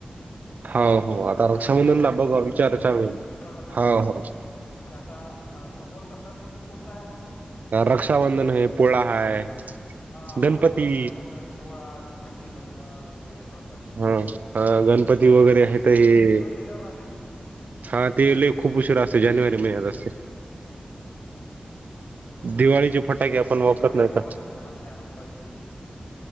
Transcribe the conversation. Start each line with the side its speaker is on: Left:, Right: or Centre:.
Right: हो हो आता
Left: नाही नाही
Right: रक्षाबंधनला
Left: गुढी पाडवा तर
Right: बघा
Left: पुढच्या
Right: विचार
Left: वर्षी येईल
Right: चालू आहे
Left: गुढी पाडवा झाला ना मागच
Right: हो हो
Left: म्हणजे आता समोरचा सण म्हणतात कोणता आहे मोठा?
Right: रक्षाबंधन हाय, पोळा हाय
Left: हा
Right: गणपती
Left: रक्षाबंधन, पोळा, तुळशीचं लग्न हे आहेत वा
Right: हम्म अह गणपती वगैरे आहे
Left: तुळशीचं
Right: तर हे
Left: लग्न दिवाळी झाल्यावर राहते का?
Right: हा ते लय खूप उशीरा असते जानेवारी महिन्यात असते
Left: हो का,
Right: दिवाळीचे
Left: मला तेवढं
Right: फटाके
Left: माहित
Right: आपण
Left: नाही
Right: वापरत
Left: म्हणजे माहित आहे
Right: का
Left: मात्र ध्यानात नाही असं कधी आहे ते